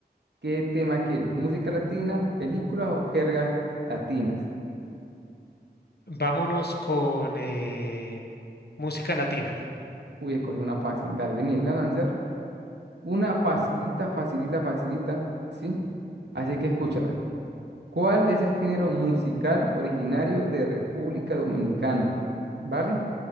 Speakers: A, on the right; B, on the left.
A: qué tema quieres. ¿Música latina, películas o jergas latinas?
B: vámonos con eh, música latina.
A: Uy, escogí una fácil. Dale, miren, la lanzar. Una facilita, facilita, facilita. ¿Sí? Así que escúchala. ¿Cuál es el género musical originario de República Dominicana? ¿Vale?